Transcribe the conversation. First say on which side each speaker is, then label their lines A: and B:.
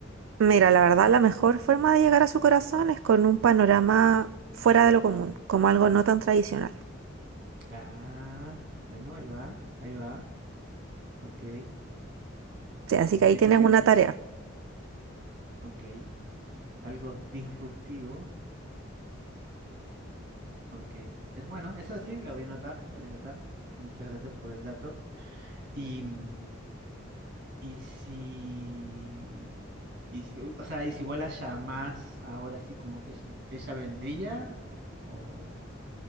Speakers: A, on the right; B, on the right.
A: Mira, la verdad, la mejor forma de llegar a su corazón es con un panorama fuera de lo común, como algo no tan tradicional.
B: Ah, bueno, ahí va, ahí va, ok.
A: Sí, así
B: sea, que
A: que
B: tiene
A: ahí tienes
B: que ser,
A: una tarea.
B: ok, algo disruptivo, ok. Es bueno, esa sí, la voy a notar, la voy a notar. Muchas gracias por el dato. Y, mm, y si, y si, o sea, y si vuela ya más, ahora sí, como que ella, ella vendría o,